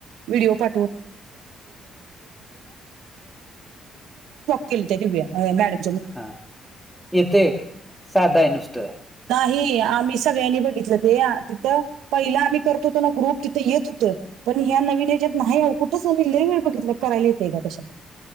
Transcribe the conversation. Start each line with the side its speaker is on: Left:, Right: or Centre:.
Right: व्हिडिओ पा किले त्या दिव्या अ मॅडम
Centre: हा येते साधं आहे नुसतं.
Right: नाही आम्ही सगळ्यांनी बघितलं ते तिथं पहिला आम्ही करतो होतो ना ग्रुप तिथं येत होतं. पण ह्या नवीन हेज्यात नाही ओ कुठंच आम्ही लई वेेळ बघितल करायला येते का कशात.